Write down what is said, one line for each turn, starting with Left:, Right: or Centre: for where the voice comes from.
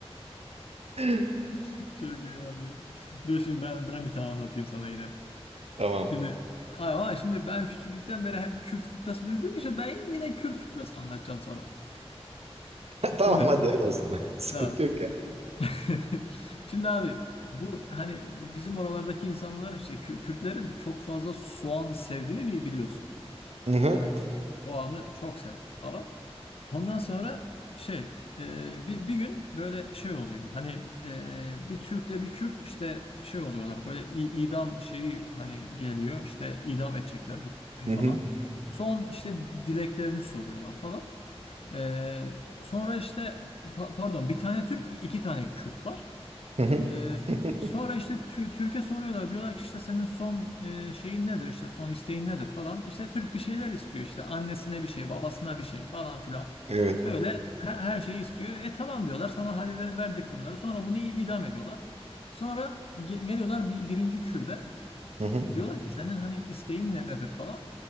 Right: <laughs>
Left: <laughs> Çok iyi abi. ya. Dur şimdi ben, ben bir tane anlatayım sana yine.
Right: Tamam.
Left: Şimdi ama şimdi ben küçüklükten beri hep Kürt fıkrası duyduğum için ben yine Kürt fıkrası anlatacağım sana.
Right: <laughs> Tamam
Left: Şimdi
Right: hadi öyle olsun. <laughs> Sıkıntı
Left: ha,
Right: yok ya.
Left: <laughs> Şimdi abi bu hani bizim oralardaki insanlar işte Kü- Kürtlerin çok fazla soğan sevdiğini bi- biliyorsun.
Right: Hı hı.
Left: Yani biz soğanı çok severiz falan. Ondan sonra şey e, bir, bir gün böyle şey oluyor. Hani e, bir Türk'le bir Kürt işte şey oluyorlar. Böyle i- idam şeyi hani geliyor. işte idam edecekler bu ikisini
Right: Hı
Left: falan.
Right: hı.
Left: Son işte di- dileklerini soruyorlar falan. E, sonra işte e, pa- pardon bir tane Türk iki tane Kürt var.
Right: Hı hı.
Left: Ee,
Right: <laughs>
Left: sonra işte Tü- Türk'e soruyorlar. Diyorlar ki işte senin son e, şeyin nedir? işte son isteğin nedir falan. İşte Türk bir şeyler istiyor. işte annesine bir şey, babasına bir şey falan filan.
Right: Evet.
Left: Böyle her, her şeyi istiyor. E tamam diyorlar. Sana hadi ver- verdik bunları. Sonra bunu i- idam ediyorlar. Sonra ge- geliyorlar bir, birinci Kürde.
Right: Hı hı.
Left: Diyorlar ki senin hani isteğin ne, nedir falan.